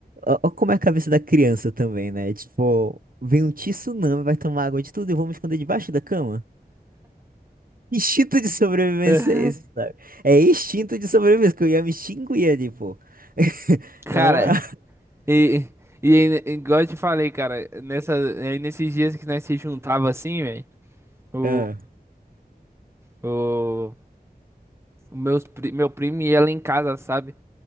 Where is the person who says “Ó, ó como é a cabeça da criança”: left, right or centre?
Right